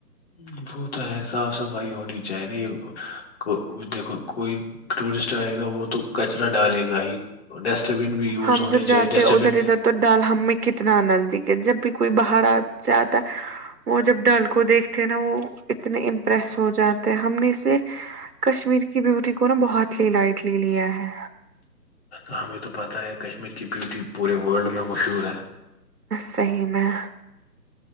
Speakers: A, on the left (about 40°); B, on the right (about 65°).
A: ج <inaudible> وہ تو ہے صاف صفائی ہونی چاہیے یہ دیکھو کوئی ٹورسٹ آئے گا وہ تو کچرا ڈالے گا ہی ڈسٹ بین بھی یوز
B: ہم
A: ہونی
B: جب جاتے
A: چاہیے ڈسٹ
B: ادھر
A: بن
B: ادھر تو ڈال ہم میں کتنا نزدیک ہے جب بھی کوئی باہر سے آتا ہے وہ جب ڈل کو دیکھتے نا وہ اتنے امپریس ہو جاتے ہیں ہم نے اسے کشمیر کی بیوٹی کو نا بہت ل لائٹ لے لیا ہے-
A: تو ہمیں تو پتہ ہے کشمیر کی بیوٹی پورے ورلڈ میں مشہور ہے
B: صحیح میں